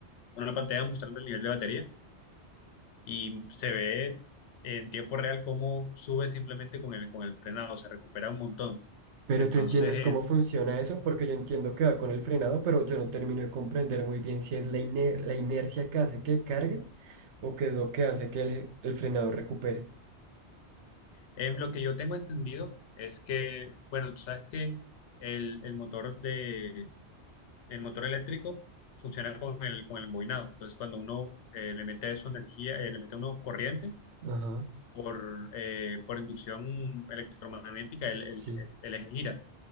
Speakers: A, on the left (about 80°); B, on the right (about 80°).
A: una pantalla mostrando el nivel de batería y se ve en tiempo real cómo sube simplemente con el, con el frenado, se recupera un montón.
B: pero
A: Entonces,
B: tú entiendes cómo
A: en,
B: funciona eso, porque yo entiendo que va con el frenado, pero yo no termino de comprender muy bien si es la, iner- la inercia que hace que cargue o qué es lo que hace que el, el frenado recupere.
A: en lo que yo tengo entendido es que, bueno, tú sabes que el, el motor de, el motor eléctrico funciona con el, con el embobinado. Entonces, cuando uno eh, le mete su energía, eh, le mete uno corriente
B: Ajá,
A: por, eh, por inducción electromagnética, el, el,
B: sí,
A: el el eje gira.